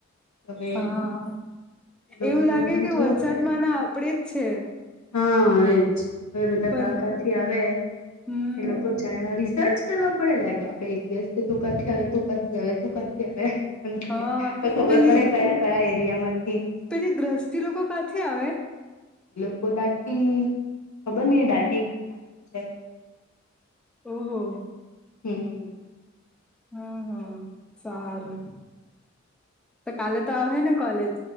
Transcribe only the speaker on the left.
હવે
એ લોકોનું
પણ
જોવા
પડે
હા એજ હવે બધા
કા કા થી આવે?
એ લોકો જાણે રિસર્ચ કરવા પડે લાગે આપડે એક દિવસ કે તું કાથી આવે તું કાથી આવે તું કાથી આવે? એમ કરીને
તો ખબર
પડે કયા કયા એરિયા માંથી
એ લોકો દાટી, ખબર ન એ દાટી હા, એવું છે.
હમ